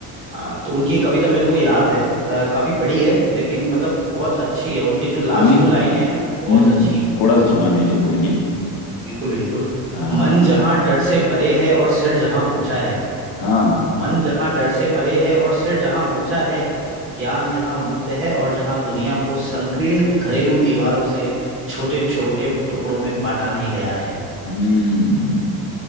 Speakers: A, on the right (about 30°); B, on the left (about 60°).
A: हाँ, तो उनकी एक कविता मेरे को याद है अ, काफी बड़ी है लेकिन मतलब बहुत अच्छी है उनके जो लास्ट
B: कोई नहीं
A: जो लाइनें हैं ना
B: हम्म
A: बहुत अच्छी हैं
B: थोड़ा सा सुना दीजिए कोई नहीं
A: बिल्कुल बिल्कुल
B: <laughs> हाँ
A: मन जहाँ डर से परे है और सिर जहाँ ऊंचा है
B: हाँ
A: मन जहाँ डर से परे है और सिर जहाँ ऊंचा है ज्ञान जहाँ मुक्त है और जहाँ दुनिया को संकीर्ण घरेलू दीवारों से छोटे छोटे टुकड़ों में बांटा नहीं गया है
B: हम्म